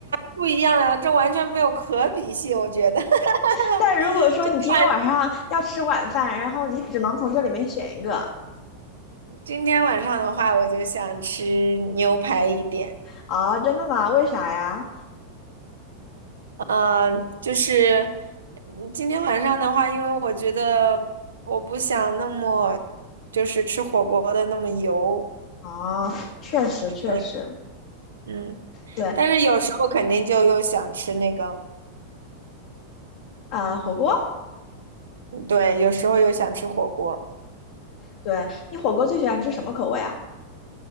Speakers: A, on the right (about 70°); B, on the left (about 45°).
A: 不一样啊，这完全没有可比性，我觉得。<laughs>
B: 但如果说你今天晚上要吃晚饭，
A: 就看
B: 然后你只能从这里面选一个
A: 今天晚上的话，我就想吃牛排一点。
B: 啊，真的吗？为啥呀？
A: 嗯，就是嗯今天晚上的话，因为我觉得我不想那么就是吃火锅的那么油，
B: 哦，确实确实，
A: 嗯嗯，
B: 对
A: 但是有时候肯定就又想吃那个，
B: 啊，火锅，
A: 嗯对，有时候又想吃火锅。
B: 对你火锅最喜欢吃什么口味啊？